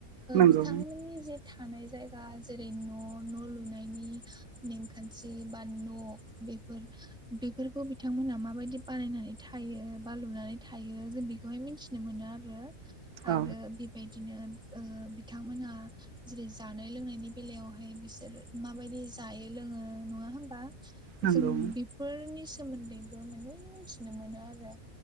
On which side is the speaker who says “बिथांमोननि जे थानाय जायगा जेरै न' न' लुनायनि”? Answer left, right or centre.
Centre